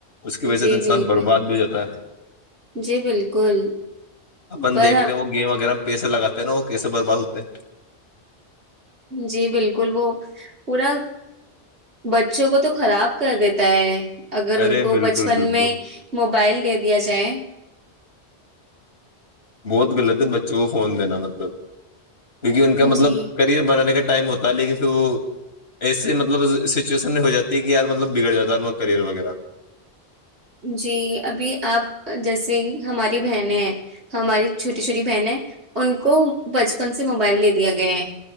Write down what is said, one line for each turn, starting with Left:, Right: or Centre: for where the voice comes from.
Left: اس کی وجہ
Right: جی
Left: سے انسان
Right: بالکل
Left: برباد بھی ہو جاتا ہے
Right: جی بالکل
Left: اپن
Right: پر
Left: دیکھتے ہیں وہ گیم وغیرہ میں پیسے لگاتے ہیں نا وہ کییسے برباد ہوتے ہیں
Right: جی بالکل وہ پورا بچوں کو تو خراب کر دیتا ہے اگر ان
Left: ارے
Right: کو
Left: بالکل
Right: بچپن
Left: بالکل
Right: میں موبائل دے دیا جائے
Left: بہت غلط ہے بچوں کو فون دینا مطلب کیک ان کا مطلب
Right: جی
Left: کریئر بنانے کا ٹائم ہوتا ہے لیکن پھر وہ ایس مطلب سچویشن میں ہو جاتی کہ یار مطلب بگڑ جاتا ہے ان کا کرئر وغیرہ
Right: جی ابھی آپ جیسے ہماری بہنیں ہیں ہماری چھوٹی چھوٹی بہنیں ان کو بچپن سے موبائل لے دیا گیا ہے